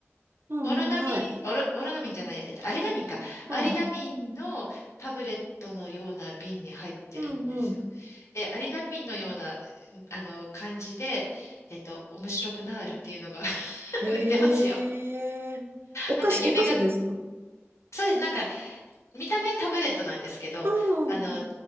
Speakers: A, on the right; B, on the left.
A: うんうん、
B: オロナミン、
A: はい。
B: オロ、オロナミンじゃないや、えっと、アリナミンか。
A: うん。
B: アリナミンのタブレットのような瓶に入ってるんですよ。
A: うんうん。
B: で、アリナミンのような、あの、感じで、えっと、面白くなーるっていうのが <laughs>
A: ええ。
B: 売ってますよ。
A: お菓子、
B: あと、夢が、
A: お菓子ですか
B: そうです。なんか、見た目タブレットなんですけど、
A: ああ、
B: あの、